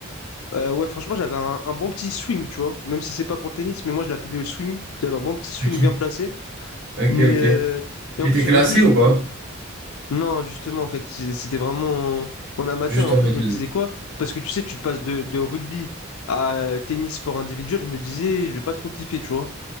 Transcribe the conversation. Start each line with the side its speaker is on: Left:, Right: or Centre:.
Left: Euh, ouais, franchement, j'avais un, un bon petit swing, tu vois. Même si c'est pas pour le tennis, mais moi, je l'appelais le swing. J'avais un bon petit swing
Right: Ok,
Left: bien placé.
Right: ok,
Left: Mais euh,
Right: ok.
Left: et
Right: Il
Left: en plus,
Right: était classé
Left: au début, je...
Right: ou pas?
Left: non, justement, en fait, c'est- c'était vraiment en amateur.
Right: Juste
Left: Et en
Right: en
Left: plus,
Right: mode
Left: je me
Right: 2D.
Left: disais quoi? Parce que tu sais, tu passes de, de rugby à tennis sport individuel. Je me disais, je vais pas trop kiffer, tu vois.